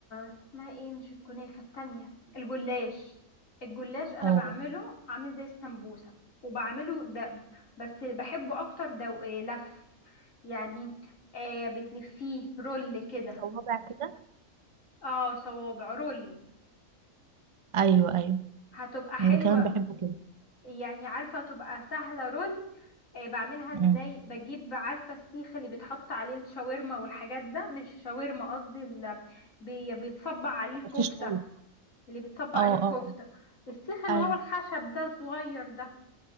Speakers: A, on the left (about 65°); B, on the right (about 30°).
A: اسمها ايه مش الكنافة التانية الجلاش الجلاش انا
B: اه
A: بعمله عامل زي السمبوسة وبعمله ده بس بحبه اكتر ده إيه، لف يعني آه بتلفيه رول كده
B: صوابع كده
A: اه صوابع رول
B: ايوه ايوه
A: هتبقى حلوة
B: انا كمان بحبه كده
A: يعني عارفة تبقى سهلة رول آه بعملها ازاي
B: أمم.
A: بجيب عارفة السيخ اللي بيتحط عليه الشاورما والحاجات ده مش شاورما قصدي ال- بي- بيتصبع عليه الكفتة
B: شيش طاووق
A: اللي بتصب عليه
B: اه اه
A: الكفتة السيخ اللي
B: ايوه
A: هو الخشب ده الصغير ده